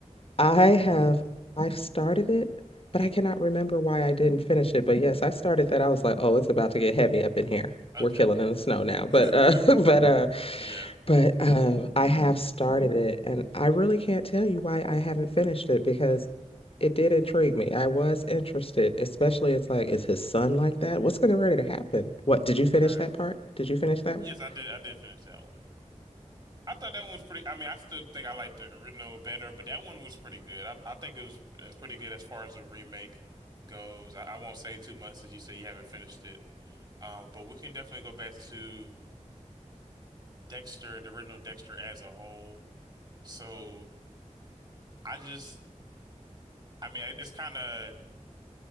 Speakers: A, on the left (about 45°); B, on the right (about 35°).
A: I have, I've started it, but
B: Mhm.
A: I cannot remember why I didn't finish it. But yes, I started that. I was like, oh, it's about to get heavy up in here.
B: Okay.
A: We're killing in the snow now.
B: <laughs>
A: But uh <laughs> but uh
B: Yeah.
A: but uh I have started it and I really can't tell you why I haven't finished it because
B: Mm.
A: it did intrigue me. I was interested, especially it's like, is his son like that? What's gonna ready to happen? What did you finish
B: Right.
A: that part? Did you finish that
B: Yes,
A: one?
B: I did. I did finish that one. I thought that one was pretty. I mean, I still think I like the original better, but that one was pretty good. I, I think it was, it was pretty good as far as the remake goes. I, I won't say too much since you said you haven't finished it. Um, but we can definitely go back to Dexter, the original Dexter as a whole. So I just, I mean, it's kind of,